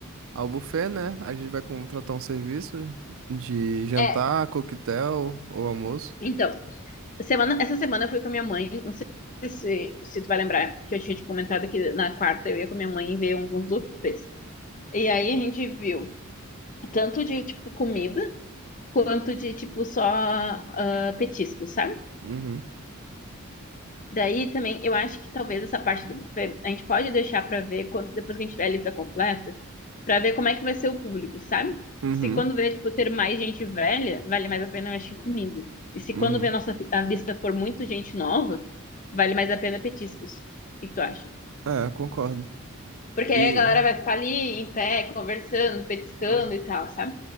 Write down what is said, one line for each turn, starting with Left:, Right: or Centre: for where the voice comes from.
Right: ao buffet, né? A gente vai contratar um serviço de jantar,
Left: É,
Right: coquetel ou almoço.
Left: Então, semana, essa semana eu fui com a minha mãe, não sei se, se tu vai lembrar, que eu tinha te comentado que na quarta eu ia com a minha mãe ver alguns buffets. E aí a gente viu tanto de, tipo, comida, quanto de, tipo, só ah, petiscos, sabe?
Right: Uhum,
Left: Daí também, eu acho que talvez essa parte do buffet a gente pode deixar pra ver quando, depois que a gente tiver a lista completa, pra ver como é que vai ser o público, sabe?
Right: uhum,
Left: Se quando vê, tipo, ter mais gente velha, vale mais a pena, eu acho que comida. E se
Right: uhum.
Left: quando vê a nossa fi- a lista for muito gente nova, vale mais a pena petiscos. O que que tu acha?
Right: É, concordo.
Left: Porque
Right: E,
Left: aí a galera vai ficar ali em pé, conversando, petiscando
Right: Aham.
Left: e tal, sabe?